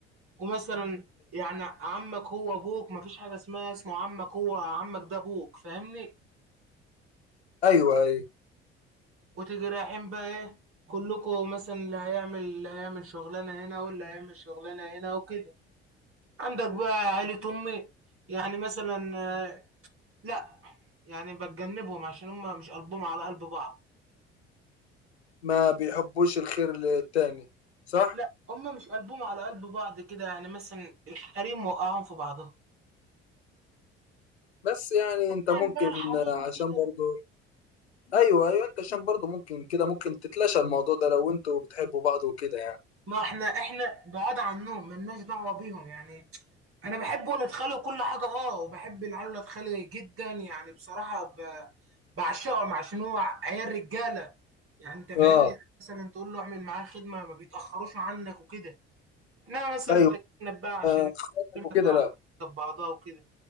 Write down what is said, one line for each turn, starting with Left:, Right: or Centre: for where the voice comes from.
Right: ومثلا يعني عمك هو ابوك مفيش حاجه اسمها اسمه عمك هو عمك ده ابوك فاهمني
Left: ايوه ايوه
Right: وتيجي رايحين بقى ايه كلكم مثلا اللي هيعمل اللي هيعمل شغلانه هنا واللي هيعمل شغلانه هنا وكده عندك بقى عيلة أمي يعني مثلا آه، لا يعني بتجنبهم عشان هم مش قلبهم على قلب بعض
Left: ما بيحبوش الخير للتاني صح
Right: لا هم مش قلبهم على قلب بعض كده يعني مثلا الحريم وقعهم في بعضهم
Left: بس يعني انت
Right: يعني
Left: ممكن
Right: بقى الحريم
Left: آه،
Right: وكده
Left: عشان برضو ايوه ايوه انت عشان برضو ممكن كده ممكن تتلاشى الموضوع ده لو انتوا بتحبوا بعض وكده يعني
Right: ما احنا احنا بعاد عنهم ملناش دعوة بيهم يعني انا بحب ولاد خالي وكل حاجة اه وبحب العيال ولاد خالي جدا يعني بصراحة ب... بعشقهم عشان هو عيال رجالة يعني انت فاهمني
Left: اه
Right: يعني مثلا تقول له اعمل معاه خدمة ما بيتأخروش عنك وكده انما مثلا
Left: ايوه
Right: تتجنب بقى عشان
Left: آه، اخواتك
Right: ما
Left: وكده
Right: تقعش
Left: لا
Right: جنب بعضها وكده